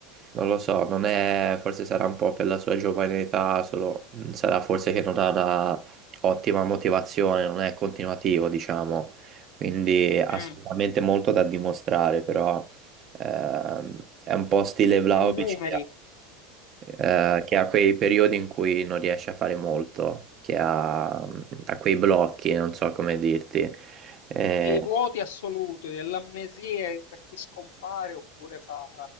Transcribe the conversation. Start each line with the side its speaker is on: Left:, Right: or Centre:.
Right: non lo so, non è, forse sarà un po' per la sua giovane età, solo mh, sarà forse che non ha una ottima motivazione, non è continuativo, diciamo. Quindi ha
Left: mm.
Right: sicuramente molto da dimostrare, però ehm, è un po' stile Vlahovic
Left: Ai numeri,
Right: eh, che ha quei periodi in cui non riesce a fare molto, che ha, ha quei blocchi, non so come dirti. Eh,
Left: ai vuoti assoluti, alle amnesie per cui scompare oppure fa